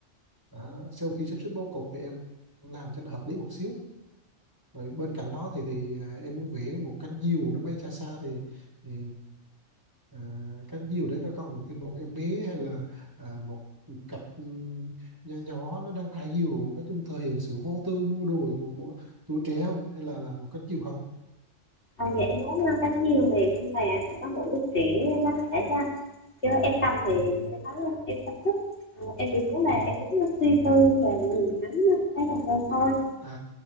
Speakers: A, on the right; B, on the left.
A: đó. sau khi sắp xếp bố cục thì em làm cho nó hợp lý một xíu rồi bên cạnh đó thì thì à, em muốn vẽ một cánh diều nó bay xa xa thì, thì à, cánh diều đấy có còn thêm một em bé hay là à, một cặp um, nho nhỏ nó đang thả diều nói chung thể hiện sự vô tư nua đùa của của tuổi trẻ không hay là là một cánh diều không
B: À, dạ em muốn ờ, cánh diều này nhưng mà phải có một đứa trẻ nó thể ra chứ em cầm thì
A: ừ.
B: em nói ờ, em không thích Ờ, em chỉ muốn là
A: Ừ.
B: em muốn nó suy tư và nhìn ngắm ờ, cái là thôi thôi
A: À,